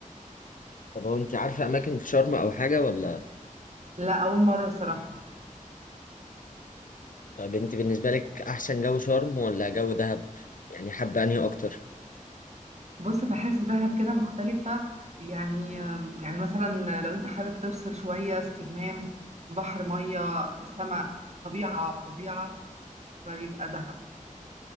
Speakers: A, on the left; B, on the right.
A: طب هو انت عارفه اماكن في شرم او حاجه ولا
B: لا اول مره صراحه
A: طب انت بالنسبه لك احسن جو شرم ولا جو دهب يعني حابه انهي اكتر
B: بص بحس دهب كده مختلفه يعني آم، يعني مثلا لو انت حابب تفصل شويه استجمام بحر ميه سماء طبيعه فظيعه فيبقى دهب